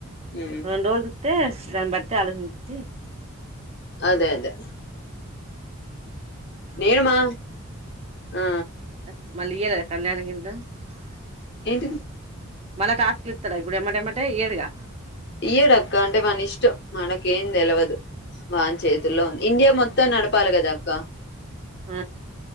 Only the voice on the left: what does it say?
ఉమ్,
అదే అదే నేను మా ఆ
ఏంటిది
ఇయ్యడక్క అంటే మన ఇష్టం మనకేం తెలవదు వాని చేతుల్లో ఇండియా మొత్తం నడపాలి కదా అక్క